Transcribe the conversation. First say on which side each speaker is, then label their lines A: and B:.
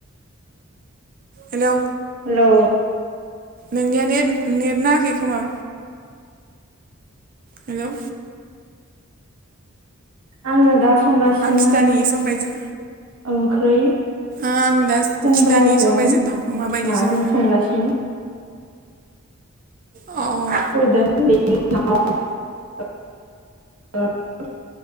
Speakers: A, on the right (about 40°); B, on the right (about 85°).
A: हेलौ।
B: हेलौ।
A: नोंनिया नेट नेट नाङाखै खोमा। हेलौ।
B: आंङो दा संगासिनो।
A: आं खिथानि सबायजों
B: ओंख्रै
A: आं दा
B: खुमब्राजों
A: खिथानि सबायजों दाउखौ माबायदि
B: नाजों
A: सङो?
B: संगासिनो
A: औ।
B: <inaudible>